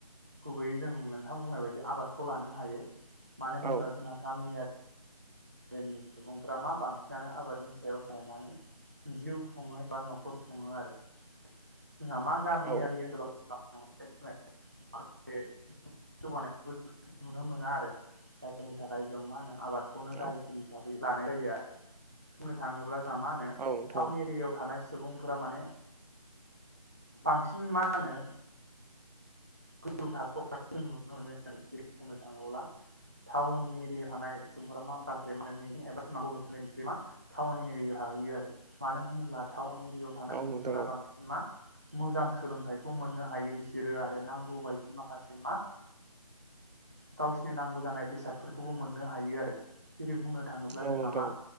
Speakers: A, on the right; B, on the right.
A: गुबैयै जों नोंथां बुंनाय बायदि आबादखौ लानो हायो मानो
B: औ
A: होनोब्ला
B: औ
A: जोंहा गामियारि नि सुबुंफ्रा मा बांसिनानो आबादनि सायाव सोनारनानै जिउ खुङो एबा न'खर खुङो आरो जोंहा मा गामियारि
B: औ
A: ओनसोलाव <unintelligible> जौगानायखौ नुनो मोना आरो जायनि थाखाय जों मा होनो आबाद खौनो गाहायसिन
B: औ
A: हिसाबै लानाय जायो बुंनो थाङोब्ला मा होनो
B: औ नोंथां
A: टाउन एरियायाव थानाय सुबुंफोरा माने बांसिन मा होनो गोजौ थाखोआव जों नुनो मोनो आरो जे बुंनो थाङोब्ला टाउननि एरिायाव थानाय सुबुंफोरा मा माखासे मिजिं एबा सिमांखौ होसोनाय बिस <unintelligible> मा टाउन एरियाव आरो मानो होनोब्ला टाउन <unintelligible> थानाय
B: औ
A: सुबुंफोरा
B: नोंथां
A: बांसिना मा मोजां सोलोंथाइखौ मोननो हायो बिसोरो आरो नांगौ बायदि माखासे मा गावसिनि नांगौ जानाय बेसादफोरखौबो मोननो हायो आरो जेरै बुंनो थाङोब्ला
B: औ
A: जोंहा
B: नोंथां
A: मा
B: औ